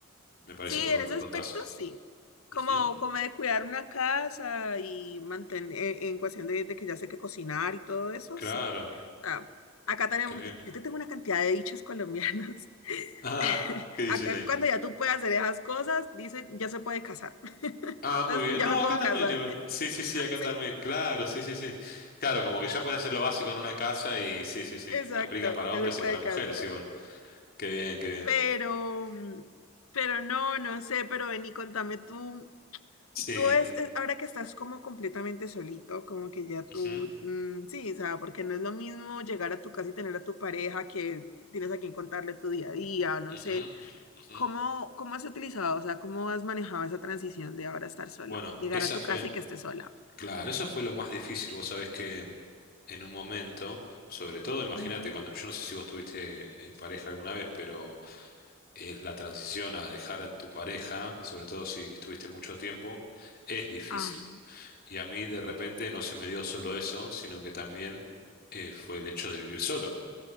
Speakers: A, on the left; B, on the left.
A: me parece
B: Sí,
A: por
B: en
A: lo que
B: ese
A: me
B: aspecto
A: contás.
B: sí. Como,
A: Ujú,
B: como de cuidar una casa y mantener, en cuestión de, de que ya sé qué cocinar y todo eso,
A: Claro,
B: sí. O sea, acá tenemos,
A: qué bien.
B: yo
A: <laughs>
B: yo te tengo una cantidad de dichos colombianos.
A: Ah,
B: <laughs>
A: ¿qué dicen
B: Acá
A: ahí?
B: cuando ya tú puedes hacer esas cosas, dicen, ya se puede casar. <laughs> Entonces,
A: Ah, muy bien.
B: ya
A: No,
B: me puedo
A: acá también
B: casar.
A: igual.
B: <laughs>
A: Sí, sí, sí, acá
B: Sí,
A: también. Claro, sí, sí, sí. Claro, como que ya puedes hacer lo básico en una casa y sí, sí, sí.
B: exacto,
A: Aplica para
B: ya
A: hombres
B: se puede
A: y para mujeres
B: casar.
A: igual. Qué bien, qué bien.
B: Pero, mm, pero no, no sé, pero ven y contame tú.
A: Sí.
B: Tú es, es- ahora que estás como completamente solito, como que ya tú,
A: Ujú,
B: mm, sí, o sea, porque no es lo mismo llegar a tu casa y tener a tu pareja que tienes a quien contarle tu día a día, o no
A: ujú,
B: sé,
A: ujú.
B: ¿cómo, cómo has utilizado, o sea, cómo has manejado esa transición de ahora estar solo,
A: Bueno,
B: llegar
A: esa
B: a tu
A: fue.
B: casa y que estés sola?
A: Claro, eso fue lo más difícil. Vos sabés que en un momento, sobre todo, imagínate,
B: Ujú,
A: cuando yo no sé si vos estuviste en pareja alguna vez, pero eh, la transición a dejar a tu pareja, sobre todo si estuviste mucho tiempo, es difícil.
B: Ajá,
A: Y a mí de repente no se me dio solo eso, sino que también eh, fue el hecho de vivir solo.